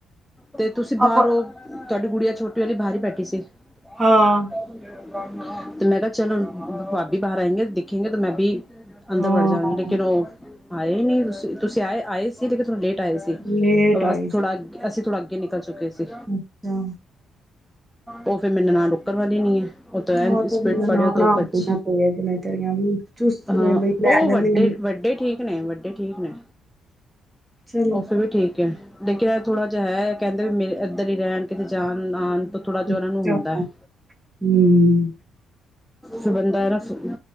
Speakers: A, in the centre; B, on the right.
A: ਤੇ ਤੁਸੀਂ ਬਾਹਰ
B: ਆਪਾਂ
A: ਹੋ। ਤੁਹਾਡੀ ਗੁਡੀਆ ਚੁੱਕ - ਛੋਟੀ ਵਾਲਲੀ ਬਾਹਰ ਹੀ ਬੈਠੀ ਸੀ <unintelligible>
B: ਹਾਂ
A: ਤੇ ਮੈਂ ਕਿਹਾ ਚਲ ਭੀ ਬਾਹਰ ਆਏਂ ਗ ਦੇਖੇਗੇ ਤੇ ਮੈਂ ਵੀ ਅੰਦਰ
B: ਹਾਂ
A: ਬੜ ਜਾਵਗੇ ਲੇਕਿਨ ਉਹ ਆਏ ਨਹੀਂ ਤੁਸੀਂ ਤੁਸੀਂ ਆਏ ਆਏ ਸੀ ਲੇਕਿਨ ਲੇਟ ਆਏ ਸੀ
B: ਲੇਟ
A: ਅਂ
B: ਆਈ ਸੀ
A: ਥੋੜ੍ਹਾ ਅ ਅਸੀਂ ਥੋੜ੍ਹਾ ਅੱਗੇ ਨਿਕਲ ਚੁੱਕੇ ਸੀ
B: ਅੱਛਾ
A: ਉਹ ਫਿਰ ਮੇਰੀ ਨਨਾਣ ਰੁੱਕਣ ਵਾਲੀ ਨੀ ਹੈ ਉਹ ਤੇ ਐਨ
B: ਆ
A: ਸਪੀਡ
B: ਤਾਂ ਨਨਾਣਾ
A: ਫੜਓ ਤੋ
B: ਆਪਣੀਆਂ
A: ਭੱਜ,
B: ਤੇਜ ਨੇ ਤੇਰੀਆਂ ਵੀ ਚੁਸਤ
A: ਹਾਂ
B: ਨੇ ਬਈ ਲੈ
A: ਉਹ
B: ਜਾਂਦੀਆਂ
A: ਵੱਡੇ
B: ਨੇ।
A: ਵੱਡੇ ਠੀਕ ਨੇ ਵੱਡੇ ਠੀਕ ਨੇ
B: ਚਲੋ
A: ਬੱਸ ਫੇ ਠੀਕ ਹੈ ਲੇਕਿਨ ਇਹ ਥੋੜ੍ਹਾ ਜਿਹਾ ਹੈ ਕਹਿੰਦੇ ਵੀ ਮੇਰੇ ਇੱਧਰ ਹੀ ਰਹਿਣ ਕਿਤੇ ਜਾਣ ਨਾ ਆਉਣ ਥੋੜ੍ਹਾ ਜਿਹਾ
B: ਅੱਛਾ,
A: ਉਹਨਾਂ ਨੂੰ ਹੁੰਦਾ ਹੈ
B: ਹੂੰ
A: ਫਿਰ ਬੰਦਾ ਇਹ ਨਾ ਸੁ